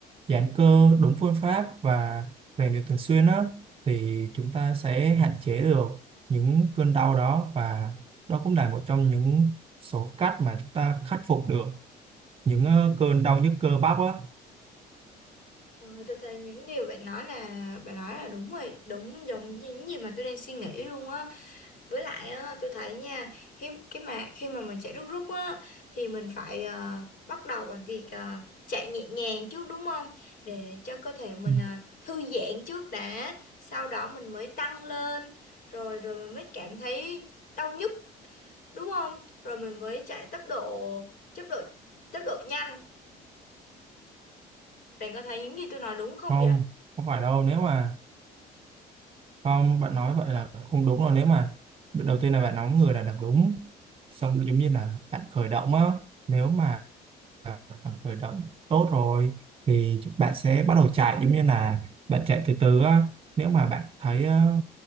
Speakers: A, on the right (about 35°); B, on the left (about 55°).
A: giãn cơ đúng phương pháp và rèn luyện thường xuyên á thì chúng ta sẽ hạn chế được những cơn đau đó và đó cũng là một trong những số cách mà chúng ta khắc phục được những ờ, cơn đau nhức cơ bắp á
B: Ờ, Tôi thấy những điều bạn nói là Bạn nói là đúng rồi Đúng giống như những gì mà tôi đang suy nghĩ luôn á Với lại á, tôi thấy nha khi, cái mà Khi mà mình chạy rút rút á Thì mình phải ờ, bắt đầu bằng việc ờ, Chạy nhẹ nhàng trước đúng không Để cho cơ thể mình
A: Ừ.
B: ờ, thư giãn trước đã Sau đó mình mới tăng lên Rồi rồi mình mới cảm thấy đau nhức đúng không? Rồi mình mới chạy tốc độ, tốc độ, tốc độ nhanh. Bạn có thấy những gì tôi nói đúng không
A: không
B: vậy?
A: không phải đâu nếu mà Không, bạn nói vậy là không đúng rồi. Nếu mà đầu tiên là bạn nóng người là đằng đúng. Xong rồi giống như là bạn khởi động á. Nếu mà bạn khởi động tốt rồi thì bạn sẽ bắt đầu chạy giống như là bạn chạy từ từ á. Nếu mà bạn thấy ờ,